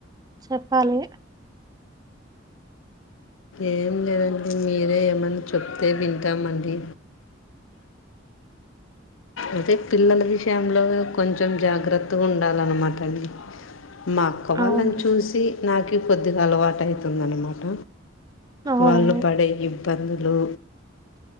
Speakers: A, on the right (about 20°); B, on the left (about 85°).
A: చెప్పాలి
B: ఏం లేదండి మీరే ఏమన్నా చెప్తే వింటామండి అదే పిల్లల విషయంలో కొంచెం జాగ్రత్తగా ఉండాలన్నమాట అండి మా అక్క వాళ్ళని
A: అవును
B: చూసి నాకి కొద్దిగా అలవాటు అవుతుందన్నమాట
A: అవునా
B: వాళ్ళు పడే ఇబ్బందులు